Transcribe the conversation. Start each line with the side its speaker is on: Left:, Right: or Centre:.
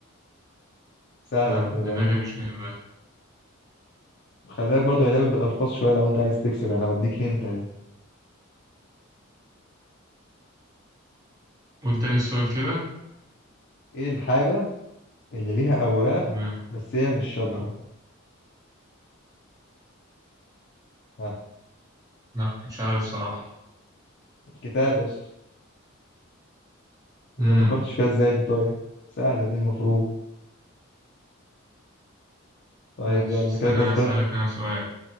Left: سهله
Right: آه
Left: ما تقلقش
Right: دماغي مش جايبها
Left: خلي بالك برضه هي لعبه بالالفاظ شويه لو انت عايز تكسب يعني انا بديك هنت اهي
Right: قول تاني السؤال كده
Left: ايه الحاجه اللي ليها اوراق
Right: تمام
Left: بس هي مش شجره ها
Right: لا مش عارف صراحة
Left: الكتاب يا اسطى إيه
Right: امم
Left: ما فكرتش فيها ازاي دي طيب سهله دي المفروض طيب
Right: معلش
Left: يلا انا
Right: استنى
Left: كده كسبان
Right: أسألك أنا سؤال